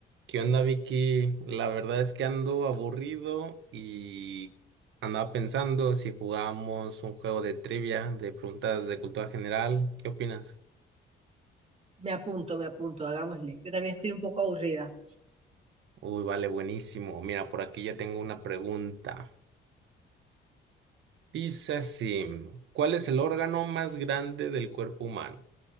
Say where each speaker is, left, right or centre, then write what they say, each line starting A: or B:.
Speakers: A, on the right; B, on the right.
A: ¿Qué onda, Vicky? La verdad es que ando aburrido y andaba pensando si jugábamos un juego de trivia, de preguntas de cultura general. ¿Qué opinas?
B: Me apunto, me apunto, hagámosle. Yo también estoy un poco aburrida.
A: Uy, vale, buenísimo. Mira, por aquí ya tengo una pregunta. Dice así, ¿cuál es el órgano más grande del cuerpo humano?